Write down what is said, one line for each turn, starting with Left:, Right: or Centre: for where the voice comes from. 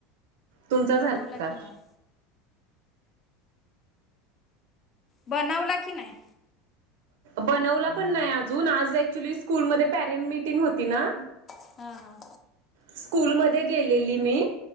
Right: तुमचा
Left: बनवला
Right: झाला का
Left: की नाही? बनवला की नाही?
Right: बनवला पण नाही अजून आज ॲक्चुली स्कूलमध्ये पॅरेंट मिीटिंग होती ना
Left: हा हा.
Right: स्कूलमध्ये गेलेली मी.